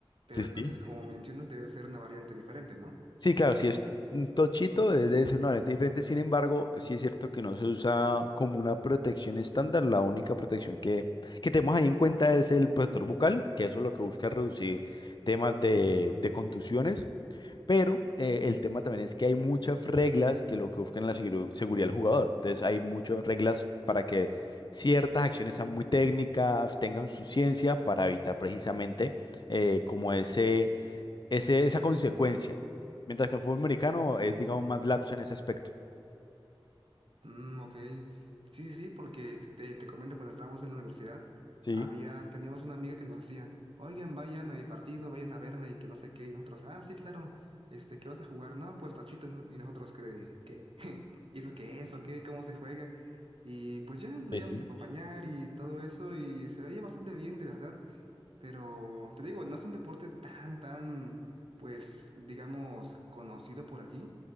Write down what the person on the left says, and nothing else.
Sí,
sí.
Sí, claro, si es un tochito, es debe ser una lente diferente. Sin embargo, sí es cierto que no se usa como una protección estándar. La única protección que, que tenemos ahí en cuenta es el protector bucal, que eso lo que busca es reducir temas de, de contusiones. Pero eh, el tema también es que hay muchas reglas que lo que buscan es la seguru- seguridad del jugador. Entonces, hay muchas reglas para que ciertas acciones sean muy técnicas, tengan su ciencia para evitar precisamente eh, como ese ese, esa consecuencia. Mientras que el fútbol americano es, digamos, más lapso en ese aspecto.
Sí,
Eh,
sí.